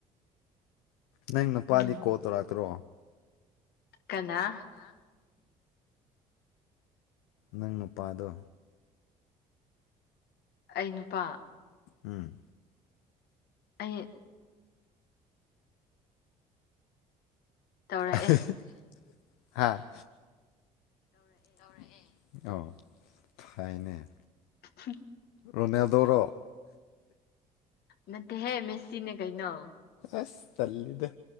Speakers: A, on the left (about 75°); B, on the left (about 65°).
A: ꯅꯪ ꯅꯨꯄꯥꯗꯤ
B: ꯎꯝ
A: ꯀꯣꯜ ꯇꯧꯔꯛꯇ꯭ꯔꯣ
B: ꯀꯅꯥ
A: ꯀꯅꯥ ꯅꯪ ꯅꯨꯄꯥꯗꯣ
B: ꯑꯩ ꯅꯨꯄꯥ
A: ꯎꯝ
B: ꯑꯩ ꯇꯧꯔꯛꯑꯦ
A: <unintelligible> ꯍꯥ ꯇꯧꯔꯛꯑꯦ ꯑꯣ ꯐꯩꯅꯦ
B: ꯍꯝ
A: ꯔꯣꯅꯦꯜꯗꯣꯔꯣ
B: ꯅꯠꯇꯦ ꯍꯦ ꯃꯦꯁꯤꯅꯦ ꯀꯩꯩꯅꯣ
A: ꯑꯁ ꯇꯂꯤꯗ